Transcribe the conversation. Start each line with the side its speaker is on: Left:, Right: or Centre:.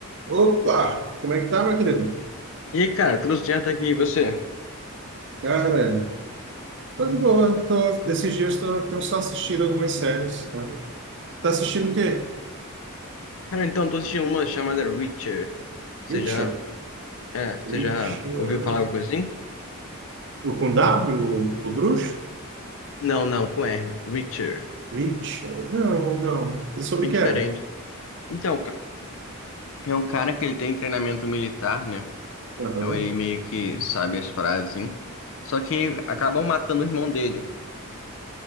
Right: Opa! Como é que tá, meu querido?
Left: E aí, cara, tudo certo aqui, e você?
Right: Cara, tô de boa. Tô, desses dias tô, tenho só assistido algumas séries. Né? Tá assistindo o quê?
Left: Cara, então, tô assistindo uma chamada Reacher. Você
Right: Richard.
Left: já, é, você
Right: Richard.
Left: já ouviu falar alguma coisa assim?
Right: O com W? O, o bruxo?
Left: Não, não, com R, Reacher.
Right: Richard. Não, não. E sobre
Left: Que
Right: o
Left: diferente.
Right: que é?
Left: Então, ca- é um cara que ele tem treinamento militar, né?
Right: Aham.
Left: Então ele meio que sabe as frases, assim. Só que acabam matando o irmão dele.